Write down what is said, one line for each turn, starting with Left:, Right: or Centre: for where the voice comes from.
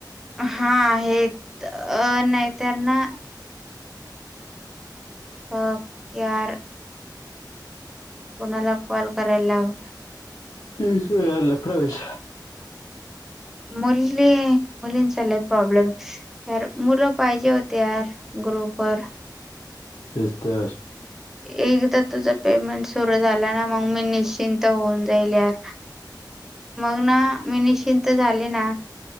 Centre: हा आहेत. अ नाहीतर ना- अ. - कर कोणाला कॉल करायला लाव -
Left: त लफडावेस
Centre: मुली मुलींचा लई प्रॉब्लेम. मुलं पाहिजे होती यार. ग्रुपवर.
Left: बघ तर.
Centre: एकदा तुझं पेमेंट सुरू झाला ना, मग मी निश्चिंत होऊन जाईल यार. मग ना मी निश्चिंत झाली ना